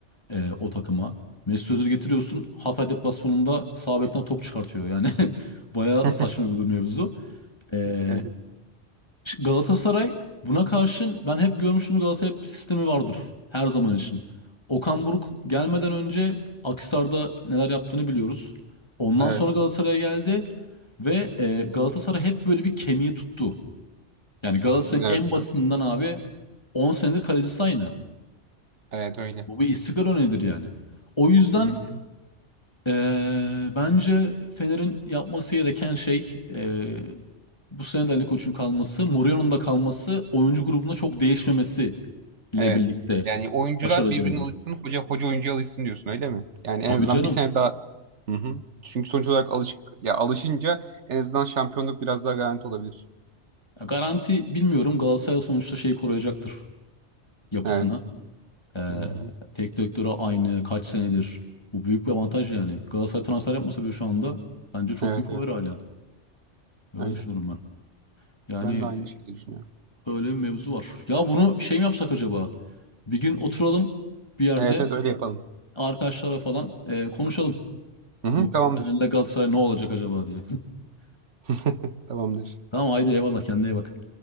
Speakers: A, on the left (about 25°); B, on the right (about 75°).
A: e, o takıma. Mesut Özil getiriyorsun. Hatay deplasmanında sağ bekten top çıkartıyor. Yani <laughs> bayağı
B: <laughs>
A: saçma bir durum mevzu. E,
B: Evet,
A: Galatasaray buna karşın ben hep görmüştüm Galatasaray hep bir sistemi vardır her zaman için. Okan Buruk gelmeden önce Akhisar'da neler yaptığını biliyoruz. Ondan
B: evet,
A: sonra Galatasaray'a geldi ve e, Galatasaray hep böyle bir kemiği tuttu. Yani Galatasaray'ın
B: evet,
A: en basitinden
B: evet.
A: abi 10 senedir kalecisi aynı.
B: Evet, öyle.
A: Bu bir istikrar örneğidir yani. O yüzden
B: Hı hı.
A: ee, bence Fener'in yapması gereken şey e, bu sene de Ali Koç'un kalması, Mourinho'nun da kalması, oyuncu grubunda çok değişmemesi ile
B: Evet.
A: birlikte
B: Yani oyuncular
A: başarılı
B: birbirine
A: gelebilir.
B: alışsın, hoca hoca oyuncuya alışsın diyorsun öyle mi? Yani
A: Tabii
B: en azından
A: canım.
B: bir sene daha. Hı hı. Çünkü sonuç olarak alışık ya alışınca en azından şampiyonluk biraz daha garanti olabilir.
A: Ya Garanti bilmiyorum Galatasaray sonuçta şeyi koruyacaktır yapısını.
B: Evet.
A: Ee,
B: Hı hı.
A: tek direktörü aynı kaç senedir. Bu büyük bir avantaj yani. Galatasaray transfer yapmasa bile şu anda bence çok
B: Evet,
A: büyük favori
B: evet.
A: hala. Öyle
B: Öyle.
A: düşünüyorum ben. Yani
B: Ben de aynı şekilde düşünüyorum.
A: Öyle bir mevzu var. Ya bunu şey mi yapsak acaba? Bir gün oturalım bir yerde
B: Evet, evet öyle yapalım.
A: arkadaşlara falan e, konuşalım.
B: Hı hı,
A: Bu
B: tamamdır.
A: Fener'le Galatasaray ne olacak acaba diye. <laughs>
B: <laughs> Tamamdır.
A: Tamam haydi eyvallah kendine iyi bak.